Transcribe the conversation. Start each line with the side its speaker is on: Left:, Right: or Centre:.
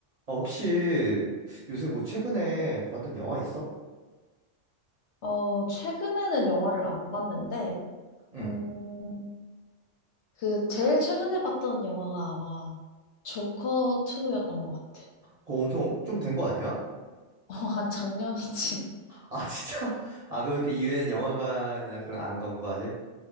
Right: 아, 혹시 요새 뭐 최근에 봤던 영화 있어?
Left: 어, 최근에는 영화를 안 봤는데,
Right: 응.
Left: 음, 그, 제일 최근에 봤던 영화가 아마 조커 2였던 것 같아.
Right: 그거 엄청 좀 된 거 아니야?
Left: <laughs> 어, 한 작년이지.
Right: 아, <laughs> 진짜? 아, 그러면 그 이후에는 영화관이나 그런 안 가본 거 아직?